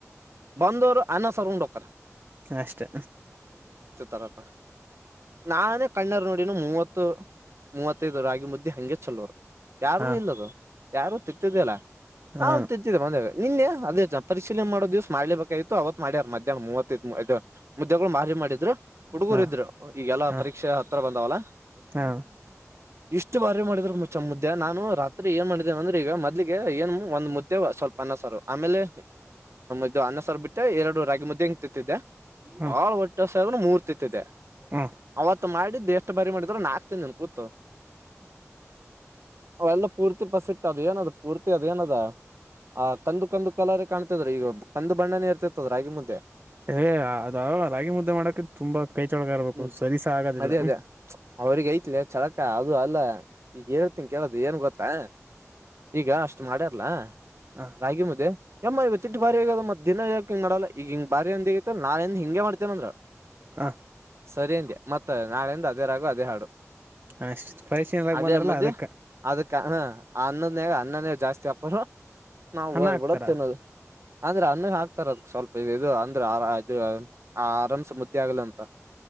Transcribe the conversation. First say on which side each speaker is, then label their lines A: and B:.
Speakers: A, on the right; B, on the right.
A: ಬಂದರು ಆನ ಸಾರು ಉಂಡು ಒಕೆರೆ
B: ಅಷ್ಟೇ
A: ತಾರಪ್ಪ ನಾ ಅ <unintelligible> ಕಣ್ಣರು ನೋಡಿನ ಮೂವತ್ತು ಮೂವತ್ತೈದು ರಾಗಿ ಮುದ್ದಿ ಹಂಗೆ ಚಲೋರು ಯಾರ
B: ಹಾ
A: ಇಲ್ಲದು ಯಾರು ತತ್ತಿದಿಲ್ಲ
B: ಹಾ
A: ನಾ ತತ್ತಿದಿಲ್ಲ ಮಂದೇ ನಿನ್ನೆ ಅದೇ ಜನ ಪರಿಶೀಲನೆ ಮಾಡೋ ದಿವಸ ಮಾಡಲಬೇಕಾಗಿತ್ತು ಅವತ್ ಮಾಡ್ಯ ಮಧ್ಯಾಹ್ನ ಮೂವತ್ತು ಮುದ್ದೆಗಳು ಮಾರಿ ಮಾಡಿದ್ರು ಹುಡುಗರ
B: ಹಾ
A: ಇದ್ರು ಈಗೆಲ್ಲ
B: ಹಾ
A: ಪರೀಕ್ಷೆ ಹತ್ರ ಬಂದಾವಲ್ಲ
B: ಹಾ
A: <unintelligible> ಇಷ್ಟು ಬಾರಿ ಮಾಡಿದ್ ಮಾಚ ಮುದೇ ನಾನು ರಾತ್ರಿ ಏನ್ ಮಾಡ <unintelligible> <inaudible> <unintelligible> ಈಗ ಮದ್ಲೀಗೆ ಏನ್ ಒಂದ್ ಮುದ್ದೆ ಸ್ವಲ್ಪ ಅನ್ನಸಾರು ಆಮೇಲೆ ಇದು ಅನ್ನ ಸವರ್ ಬಿಟ್ಟ ಎರಡು ರಾಗಿ ಮುದ್ದೆ ಹಂಗಂತತ್ತಿದ್ದಿದೆ
B: ಹಾ
A: ಬಾಳ ಹೊಟ್ಟೆ ಹೊಸ ಆದ್ರು ಮೂರ್ ತಿಂತಿದೆ
B: ಹಾ
A: ಅವತ್ ಮಾಡಿ ದೇಷ್ಟ ಬಾರಿ ಮಾಡಿದ್ರರು ನಾಕ್ು ತಿಿಂದನ್ ಕೂತು ಅವೆಲ್ಲ ಪೂರ್ತಿ ಪಸ ಅದ ಏನದು ಪೂರ್ತಿ ಅದ ಏನದ ಆ ಕಂದು ಕಂದು ಕಲರ್ ಕಾಣತಿದ್ರ ಈಗ ಕಂದು ಬಣ್ಣನೇ ಇರ್ತಿತದ್ರ ರಾಗಿ ಮುಂದೆ
B: ಏ ಅದ ರಾಗಿ ಮುದ್ದೆ ಮಾಡಕ ತುಂಬಾ ಕೈ ಚೊಳಗ ಇರ್ಬೇಕು
A: ಹ್ಮ್
B: ಸರಿಸ ಆಗೋದಿಲ್ಲ
A: ಅದೇ
B: ಹ
A: ಅದೇ
B: <unintelligible>
A: ಅವ್ರಿಗೆ ಐತ್ ಚಳಕ ಅದು ಅಲ್ಲ ಈಗ ಹೇಳ್ತೀನ್ <unintelligible> ಕೇಳದು ಏನ್ ಗೊತ್ತಾ ಈಗ ಅಷ್ಟ <unintelligible> <unintelligible> ಅಷ್ಟ ಮಾಡ್ಯಾರಲ್ಲಾ
B: ಹ
A: ರಾಗಿ ಮುದೆ ಎಮ್ಮ ಇವತ್ತು ಇ ಬಾರಿ ಆಗದ ಮ ದಿನ ಯಕಂಗಡಲ್ಲ ಈಗಿಂಗ ಬಾರಿ ಒಂದ ಆಗೈತೆ ನಳೆಿಂದ ಹಿಂಗಗೆ ಮಾಡ್ತೇನ ಅಂದ್ರ
B: ಹ
A: ಸರಿೇಂತೆಯಾ ಮತ್ತೆಳಿಂದ ಅದೇ ರಾಗು ಅದೇ ಹಾು
B: ಅಷ್ಟ ಪರಿಶೀಲನಾಗ
A: ಆ
B: ಬಂದಾರಲ್ಲ
A: ಮದಿ
B: ಅದಕ್ಕೆ
A: ಅದಕ್ಕೆ ಹ ಆ ಅನ್ನದನ್ಯಾಗ ಅನ್ನನೇ ಜಾಸ್ತಿ ಹಾಕರು ನಾವವು
B: ಅನ್ನ
A: ಬ
B: ಹಾಕ್ತಾರ
A: ಬಿಡಕ್ತೇನೋದು ಅಂದ್ರೆ ಅನ್ನ ಹಾಕ್ತಾರ ಅದ ಸ್ವಲ್ಪ ಇ ಇದು ಅಂದ್ರೆ ಆರ ಇದು ಆರಾಮ್ಸ ಮುದ್ದ ಆಗ್ಲಂತ